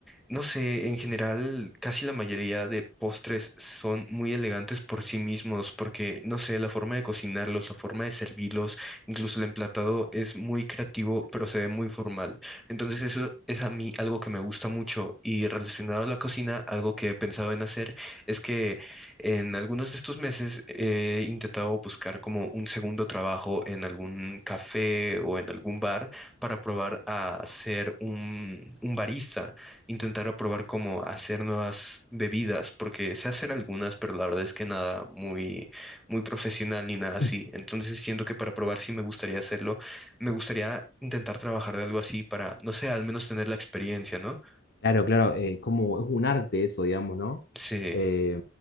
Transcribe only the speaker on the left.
Ujú.
Claro, claro, eh, como es un arte eso, digamos, ¿no?
Eh,